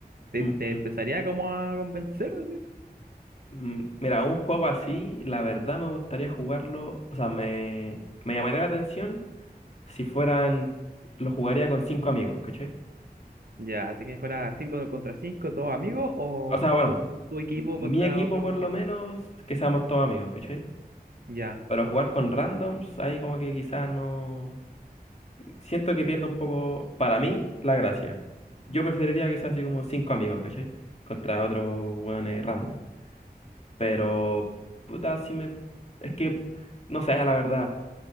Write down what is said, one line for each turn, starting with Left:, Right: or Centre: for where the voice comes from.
Right: Te,
Left: mm,
Right: te empezaría como a convencer, así.
Left: mm, mira, un juego así, la verdad me gustaría jugarlo, o sea, me, me llamaría la atención si fueran, lo jugaría con cinco amigos, ¿cachai?
Right: Ya, así que fuera 5 contra 5 todos amigos, o
Left: O sea, bueno,
Right: tu, tu equipo
Left: mi
Right: contra
Left: equipo
Right: otros
Left: por lo
Right: tipos.
Left: menos, que seamos todos amigos, ¿cachai?
Right: Ya,
Left: Pero jugar con randoms, ahí como que quizás no... Siento que pierde un poco, para mí, la gracia. Yo preferiría que sea así como cinco amigos, ¿cachai? Contra otro weón eh, random. Pero, puta, si me... Es que, no sé, la verdad.